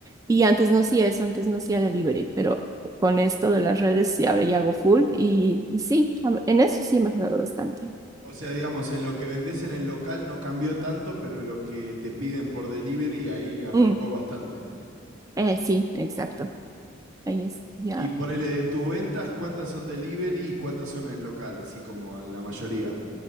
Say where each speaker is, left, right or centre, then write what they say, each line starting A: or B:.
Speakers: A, on the right (about 15°); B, on the right (about 75°).
A: Y antes no hacía eso, antes no hacía delivery, pero con esto de las redes sí, ahora ya hago full y, y sí, a- en eso sí he mejorado bastante.
B: O sea, digamos, en lo que vendés en el local no cambió tanto, pero en lo que te piden por delivery ahí arrancó
A: Mm,
B: bastante.
A: eh, sí, exacto. Ahí es, ya.
B: Y ponele de tus ventas, ¿cuántas son delivery y cuántas son en el local? Así como en la mayoría.